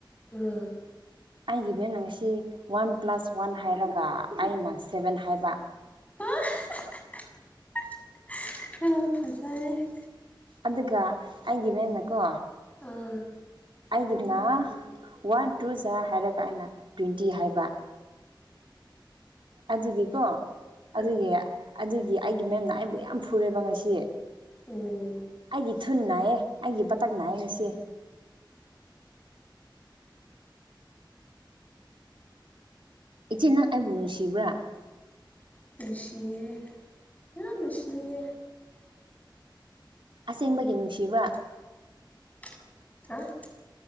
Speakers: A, on the left; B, on the right.
A: ꯎꯝ
B: ꯑꯩꯒꯤ ꯃꯤꯠꯅ ꯉꯁꯤ ꯋꯥꯟ ꯄ꯭ꯂꯁ ꯋꯥꯟ ꯍꯥꯏꯔꯒ ꯑꯩꯅ ꯁꯚꯦꯟ ꯍꯥꯏꯕ
A: ꯑꯣ ꯑꯣ ꯐꯖꯔꯦ
B: ꯑꯗꯨꯒ ꯑꯩꯒꯤ ꯃꯦꯝꯅꯀꯣ
A: ꯑꯥ
B: ꯍꯥꯏꯒꯗꯅꯥ ꯋꯥꯟ ꯇꯨ ꯆꯥ ꯍꯥꯏꯔꯒ ꯑꯩꯅ ꯇ꯭ꯋꯤꯟꯇꯤ ꯍꯥꯏꯕ ꯑꯗꯨꯒꯤꯀꯣ
A: ꯑ
B: ꯑꯗꯨꯒꯤ ꯑꯗꯨꯒꯤ ꯑꯩꯒꯤ ꯃꯦꯝꯅ ꯑꯩꯕꯨ ꯌꯥꯝ ꯐꯨꯔꯦꯕ ꯉꯁꯤ
A: ꯎꯝ
B: ꯑꯩꯒꯤ ꯊꯨꯟ ꯅꯥꯏꯌꯦ ꯑꯩꯒꯤ ꯕꯇꯛ ꯅꯥꯏꯌꯦ ꯉꯁꯤ ꯏꯆꯦ ꯅꯪ ꯑꯩꯕꯨ ꯅꯨꯡꯁꯤꯕ꯭ꯔꯥ
A: ꯅꯨꯡꯁꯤꯌꯦ ꯌꯥꯝ ꯅꯨꯡꯁꯤꯌꯦ
B: ꯑꯁꯦꯡꯕꯒꯤ ꯅꯨꯡꯁꯤꯕ꯭ꯔ
A: <inaudible> <unintelligible>